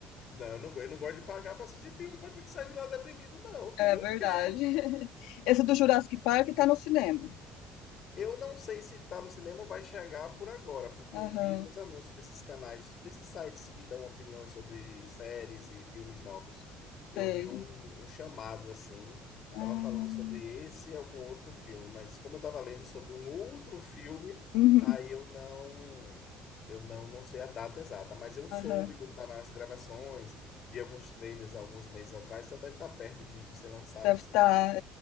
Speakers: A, on the left; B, on the left.
A: Não, eu não, go- eu não gosto de pagar para assistir filme para ficar sair de lá deprimido, não. Quem
B: É verdade.
A: quer
B: <laughs> Esse do Jurassic Park tá no cinema.
A: Eu não sei se está no cinema ou vai chegar por agora, porque
B: Aham,
A: eu vi nos anúncios desses canais, nesses sites que dão opiniões sobre séries e filmes novos,
B: sei.
A: eu vi um, um chamado assim, tava
B: Ah,
A: falando sobre esse e algum outro filme, mas como eu tava lendo sobre um outro filme,
B: uhum,
A: aí eu não, eu não, não sei a data exata, mas eu soube
B: aham.
A: quando tava nas gravações, vi alguns trailers alguns meses atrás, então deve estar perto de, de ser lançado,
B: Deve
A: sim.
B: estar.